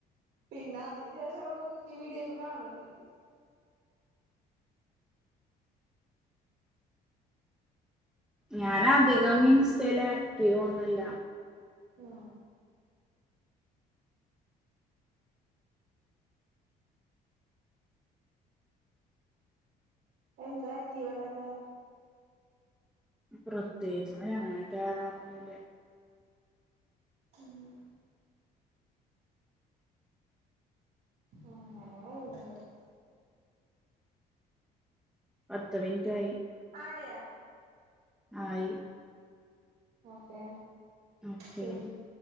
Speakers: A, on the right; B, in the centre.
A: പിന്നെ അതിന് ശേഷം അവൾ മിക്ക വീഡിയോയും ഇപ്പം കാണ് ണ്ട്.
B: ഞാൻ അധികം ഇൻസ്റ്റൽ ആക്റ്റീവ് ഒന്നല്ല.
A: ആ എന്താ ആക്റ്റീവ് അല്ലാതെ
B: പ്രത്യേകിച്ച് അങ്ങനെ കേറാറൊന്നില്ല.
A: മ് അങ്ങന കയ്യ്ണ്ട്.
B: പത്ത് മിന് റ്റായ്
A: ആയാ.
B: ആയി.
A: ഓക്കെ
B: ഓക്കെ
A: ശരി